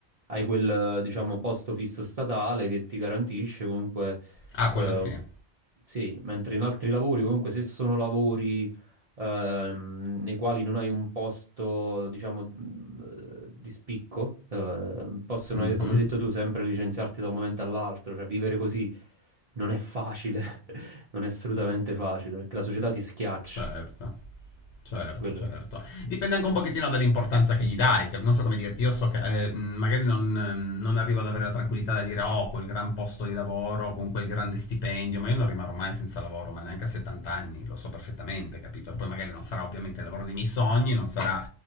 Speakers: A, on the right (about 40°); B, on the left (about 80°).
A: hai quel eh, diciamo, posto fisso statale che ti garantisce comunque,
B: Ah,
A: eh,
B: quello sì.
A: sì, mentre in altri lavori comunque se sono lavori ehm, nei quali non hai un posto, diciamo, mh, di spicco, eh, possono,
B: Mhm,
A: eh, come hai detto tu, sempre licenziarti da un momento all'altro, cioè vivere così non è facile, <laughs> non è assolutamente facile, perché la società ti schiaccia.
B: Certo. Certo,
A: Quello-
B: certo. Dipende anche un pochettino dall'importanza che gli dai. che- Non so come dirti, io so che eh, mh, magari non, ehm, non arrivo ad avere la tranquillità da dire oh, quel gran posto di lavoro con quel grande stipendio, ma io non rimarrò mai senza lavoro, ma neanche a 70 anni, lo so perfettamente, capito? E poi magari non sarà ovviamente il lavoro dei miei sogni, non sarà...